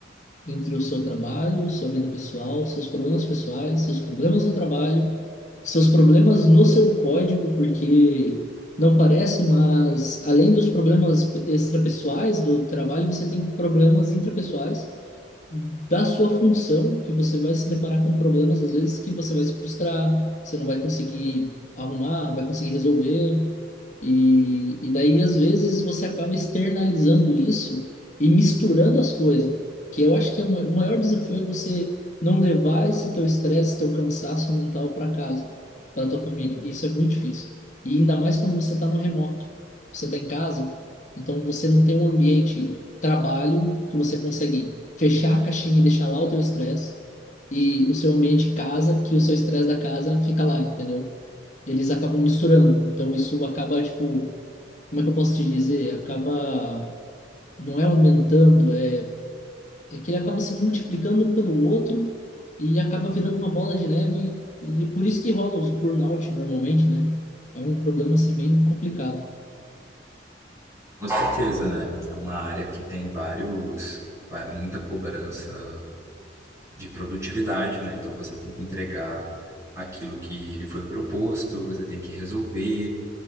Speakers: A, on the left; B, on the right.
A: entre o seu trabalho, sua vida pessoal, seus problemas pessoais, seus problemas no trabalho, seus problemas no seu código, porque não parece, mas além dos problemas extrapessoais do trabalho, você tem problemas intrapessoais da sua função, que você vai se deparar com problemas às vezes que você vai se frustrar, você não vai conseguir arrumar, não vai conseguir resolver. E, e daí, às vezes, você acaba externalizando isso e misturando as coisas, que eu acho que é o ma- o maior desafio é você não levar esse teu estresse, esse teu cansaço mental para casa, para tua família. Isso é muito difícil. E ainda mais quando você está no remoto. Você está em casa, então você não tem um ambiente trabalho que você consegue fechar a caixinha e deixar lá o teu estresse, e o seu ambiente casa, que o seu estresse da casa fica lá, entendeu? eles acabam misturando. Então isso acaba, tipo, como é que eu posso te dizer? Acaba, não é aumentando, é, é que ele acaba se multiplicando um pelo outro e acaba virando uma bola de neve e, e é por isso que rola os burnout normalmente, né? É um problema, assim, bem complicado.
B: Com certeza, né? É uma área que tem vários, va- muita cobrança de produtividade, né? Então você tem que entregar aquilo que lhe foi proposto, você tem que resolver